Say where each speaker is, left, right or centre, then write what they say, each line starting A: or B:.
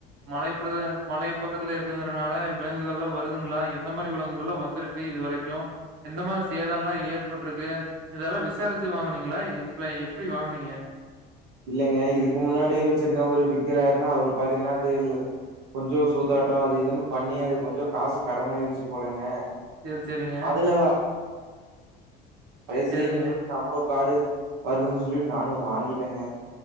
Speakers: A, on the right; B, on the right.
A: மலைப்பிரத மலை பக்கத்துல இருக்குங்கறனால இப்ப விலங்குகள்லா வருதுங்களா எந்த மாரி விலங்குகள்லா வந்துருக் கு இது வரைக்கு எந்த மார் சேதல்லா ஏற்பட்ருக்கு இதெல்லா விசாரிச்சு வாங்குனீங்களா இப்லய் எப் எப்டி வாங்னீங்க
B: இல்லைங்க இதுக்கு முன்னாடி வச்சிருந்தவரு விக்கிறாருன்னா அவரு பாத்தீங்னா தே லு கொஞ்சோ சூதாட்டோ அது இதுன்னு பண்ணி அது கொஞ்ச காசு கடனாயிருச்சு போலங்க
A: சேரி சேரிங்க
B: அதுல
A: சேரிங்க
B: சேரின்னு சொல்லிட்டு நம்மளு காடு வருதுன்னு சொல்லிட்டு நானு வாங்கிட்டேங்க